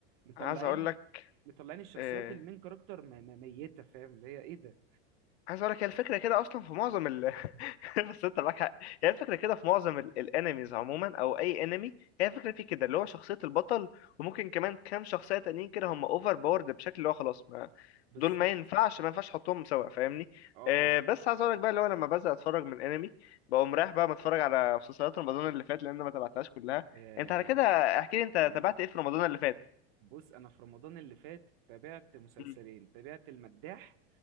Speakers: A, on the right; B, on the left.
A: مطلعين
B: عايز اقول لك
A: مطلعين الشخصيات
B: آه،
A: المين كاركتر م- م- ميتة فاهم اللي هي ايه ده
B: عايز اقول لك هي الفكره كده اصلا في معظم ال <laughs> بس انت معاك حق هي الفكره كده في معظم ال- الانميز عموما او اي انمي هي الفكره فيه كده اللي هو شخصيه البطل وممكن كمان كام شخصيه تانيين كده هم اوفر باورد بشكل اللي هو خلاص ما
A: بالظبط
B: دول ما ينفعش ما ينفعش تحطهم سوا فاهمني
A: اه اه
B: آه بس عايز اقول لك بقى اللي هو لما بزهق اتفرج من انمي بقوم رايح بقى متفرج على مسلسلات رمضان اللي فات لان أنا ما تابعتهاش كلها
A: آه،
B: انت على كده احكي لي انت
A: جمال
B: تابعت ايه في رمضان اللي فات
A: بص انا في رمضان اللي فات تابعت مسلسلين
B: مم.
A: تابعت المداح